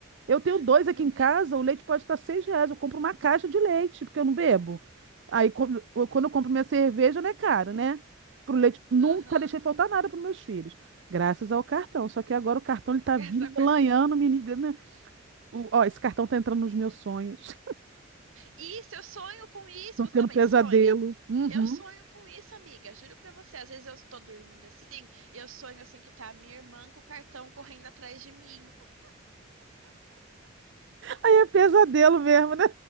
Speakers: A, on the right; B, on the right.
A: Eu tenho
B: <laughs>
A: dois
B: meu
A: aqui
B: Deus.
A: em casa. O leite pode estar seis reais. Eu compro uma caixa de leite, porque eu não bebo. Aí, quando eu quando eu compro minha cerveja, não é caro, né? Pro leite. Nunca
B: Aham.
A: deixei faltar nada pros meus filhos. Graças ao cartão. Só que agora o cartão, ele tá
B: Gastar
A: vindo,
B: o
A: melanhando,
B: cartão.
A: menina. O- Ó, esse cartão tá entrando nos meus sonhos.
B: Isso, eu sonho com
A: <laughs>
B: isso.
A: Tô
B: Você
A: tendo
B: também
A: pesadelo.
B: sonha?
A: Uhum.
B: Eu sonho com isso, amiga. Juro pra você. Às vezes eu tô dormindo assim, e eu sonho assim que tá a minha irmã com o cartão correndo atrás de mim.
A: Aí é pesadelo mesmo, né?